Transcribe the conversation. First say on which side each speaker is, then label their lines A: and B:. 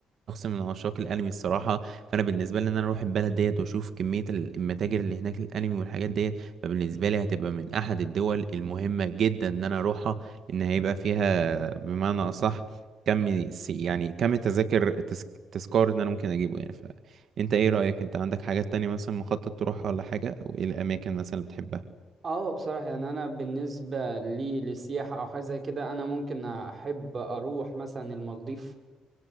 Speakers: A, on the right; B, on the right.
A: شخص من عشاق الانمي الصراحة فانا بالنسبة لي ان انا اروح البلد ديت واشوف كمية ال- المتاجر اللي هناك الانمي والحاجات ديت فبالنسبة لي هتبقى من احد الدول المهمة جدا ان انا اروحها لان هيبقى فيها بمعنى اصح كم سي- يعني كم التذاكر التذ- التذكار ان انا ممكن اجيبه يعني انت ايه رأيك انت عندك حاجات تانية مثلا مخطط تروحها ولا حاجة او ايه الاماكن مثلا اللي بتحبها
B: اه بصراحة يعني انا بالنسبة لي للسياحة او حاجة زي كده انا ممكن احب اروح مثلا المالديف